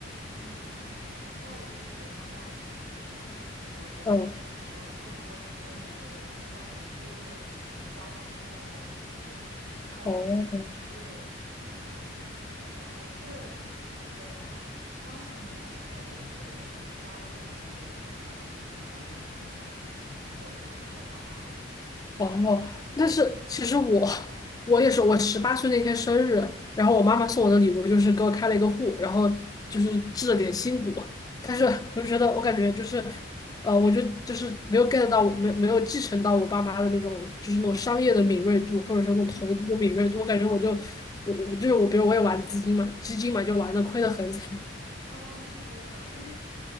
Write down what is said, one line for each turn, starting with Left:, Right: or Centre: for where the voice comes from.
Right: 嗯，你知道我是学 finance 的嘛？但其实我可能选修的更多是边于就是关于
Left: 嗯，嗯。
Right: business strategy 这种类型的知识。然后我是嗯，
Left: 哦，嗯
Right: 怎么讲？我是呃刚成年的时候，我就家里人可能也就炒股，然后我就跟着他们一起，我就那会儿就有股票账号了。
Left: 哦，但是其实我我也是，我十八岁那天生日，然后我妈妈送我的礼物就是给我开了一个户，然后就是置了点新股，但是我就觉得我感觉就是，呃，我就就是没有 get 到，没没有继承到我爸妈的那种就是那种商业的敏锐度，或者说那种投资的敏锐度，我感觉我就我我就是我，比如我也玩资金嘛，基金嘛就玩的亏的很惨，
Right: 嗯，是这样，因为